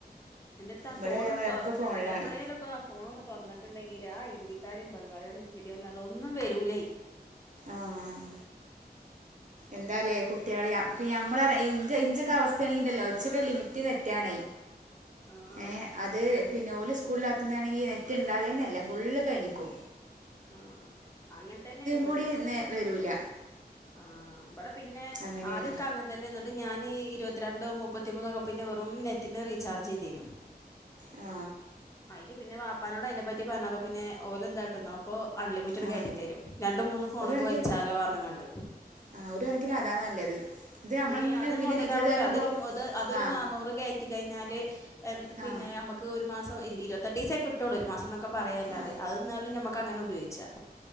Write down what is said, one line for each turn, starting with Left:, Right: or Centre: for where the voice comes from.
Left: എന്തിത്താ
Right: ഇബടെ
Left: ആ ഫോണ്
Right: അതേമാതിരി
Left: തൊർന്ന്ട്ടേണ്ടെങ്കി
Right: ഒക്കെ ഫോണിലാണ്
Left: എപ്ലേലോക്ക ആ ഫോണ് തൊർന്ന് ട്ട്ണ്ടെങ്കില് ആ ഹിന്ദിക്കാരും ബംഗാളികളും വിഡിയോ അല്ലാതെ ഒന്നും വരൂലേ
Right: ആഹ് എന്താലേ കു <unintelligible> ഇപ്പ് നമ്മളെ റേ ഇഞ്ച് ഇഞ്ചൊക്കെ അവസ്ഥയാണെങ്കിണ്ടല്ലോ ഇച്ചോക്കെ ലിമിറ്റ് നെറ്റാണേ
Left: ആഹ്
Right: ഏഹ് അത് പിന്നെ ഓല് സ്കൂളിലാത്ത ന്നാണെങ്കിൽ നെറ്റ് ഇണ്ടാകെന്നെല്ല ഫുള്ള് കഴിഞ്ഞിക്കോ
Left: ആഹ് അങ്ങൻത്തന്നെയാണ് ഇബടേം
Right: കൂടി നേ വരൂല
Left: ആഹ് ബടെ പിന്നെ
Right: അങ്ങനെയാണ്
Left: ആദ്യക്കെ അങ്ങനെ തന്നെന്നു ഞാൻ ഇരുപത്തിരണ്ടോ മുപ്പത്തിമൂന്നോ ഒക്കെ പിന്നെ വെറും നെറ്റിന് റീചാർജ് ചെയ് തിന്നു
Right: ആ
Left: ആയി ൽ പിന്നെ വാപ്പാനോട് അയിനെ പറ്റി പറഞ്ഞപ്പ പിന്നെ ഓല് എന്താട്ടുന്നോ ഇപ്പോ അൺലിമിറ്റഡ്
Right: ആ
Left: കേറ്റി തരും രണ്ടും മൂന്നും ഫോണൊക്കെ
Right: ഒരു കണക്കിന്
Left: വലിച്ചാലോ പറഞ്ഞ്ങ്ങണ്ട്
Right: ആ ഒരു കണക്കിന് അതാ നല്ലത് ഇത് നമ്മളിങ്ങനെ
Left: ഏ അതേ
Right: പിന്നെ
Left: മുതലാവുള്ളേ
Right: റീചാർജ് ആക്കുമ്പോൾ
Left: അതൊരുത് അതൊരു
Right: ആ
Left: നന്നൂറ് കയറ്റി കഴിഞ്ഞ- ന്നാല് പിന്നെ
Right: ആ
Left: നമക്ക് ഒരു മാസം ഇരുപത്തെട്ട് ദെവസേ കിട്ടുള്ളൂ ഒരു മാസം ക്കെ പറയുല്ലാതെ
Right: ആ
Left: അത് എന്നാലും ഞമക്ക് അങ്ങനെ ഉപയോഗിച്ചാം